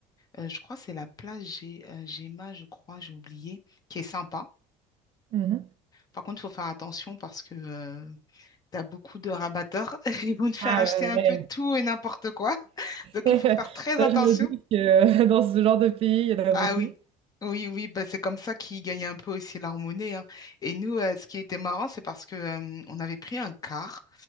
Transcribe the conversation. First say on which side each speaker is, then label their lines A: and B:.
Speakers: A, on the left; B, on the right.
A: euh, je crois que c'est la place Gé- euh, Géma, je crois, j'ai oublié, qui est sympa.
B: Mhm.
A: Par contre, il faut faire attention parce que euh, tu as beaucoup de rabatteurs. <laughs> Ils vont te faire
B: Ah
A: acheter
B: ouais,
A: un peu de tout et n'importe quoi. <laughs> Donc,
B: ouais. <laughs>
A: il faut faire très
B: Ça,
A: attention.
B: je me dis que euh, dans ce genre de pays, il y en a
A: Ah
B: beaucoup.
A: oui, oui, oui, bah, c'est comme ça qu'ils gagnent un peu aussi leur monnaie. hein. Et nous, euh, ce qui était marrant, c'est parce que euh, on avait pris un car